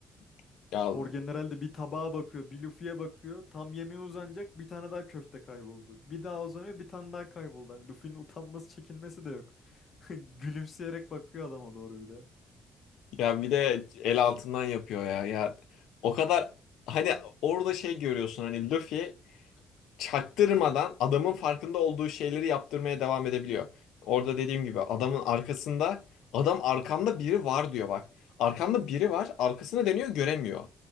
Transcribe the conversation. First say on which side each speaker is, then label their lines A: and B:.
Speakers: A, on the left; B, on the left.
A: <laughs> Ya
B: Kor General de bir tabağa bakıyor bir Luffy'ye bakıyor tam yemeğe uzanacak bir tane daha köfte kayboldu. Bir daha uzanıyor bir tane daha kayboldu. Yani Luffy'nin utanması çekinmesi de yok. <laughs> Gülümseyerek bakıyor adama doğru bir de.
A: Ya bir de el altından yapıyor ya. Ya o kadar hani orada şey görüyorsun hani Luffy çaktırmadan adamın farkında olduğu şeyleri yaptırmaya devam edebiliyor. Orada dediğim gibi adamın arkasında adam arkamda biri var diyor bak. Arkamda biri var arkasına dönüyor göremiyor.